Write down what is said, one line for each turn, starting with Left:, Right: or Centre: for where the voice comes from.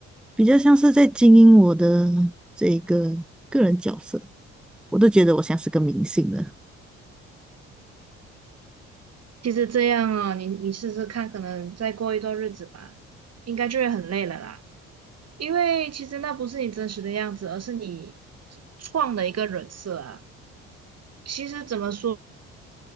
Centre: 比较像是在经营我的这一个个人角色。我都觉得我像是个明星了。
Right: 其实这样哦，你你试试看，可能再过一段日子吧，应该就会很累了啦。因为其实那不是你真实的样子，而是你创的一个人设啊。其实怎么说，